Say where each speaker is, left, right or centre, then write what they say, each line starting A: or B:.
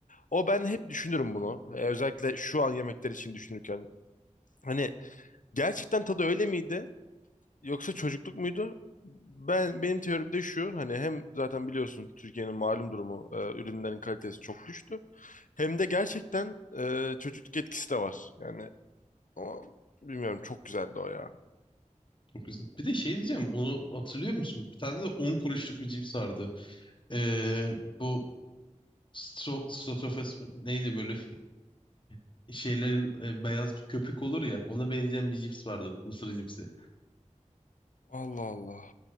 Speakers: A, on the left; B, on the left.
A: o ben hep düşünürüm bunu. Ee, özellikle şu an yemekler için düşünürken. Hani Gerçekten tadı öyle miydi? Yoksa çocukluk muydu? Ben benim teorim de şu hani hem zaten biliyorsun Türkiye'nin malum durumu e, ürünlerin kalitesi çok düştü. Hem de gerçekten e, çocukluk etkisi de var. Yani ama bilmiyorum çok güzeldi o ya.
B: çok güzel. Bir de şey diyeceğim. Onu hatırlıyor musun? Bir tane de 10 kuruşluk bir cips vardı. Ee, bu stro strofes neydi böyle <laughs> şeylerin e, beyaz bir köpük olur ya. Ona benzeyen bir cips vardı. Mısır cipsi.
A: Allah Allah.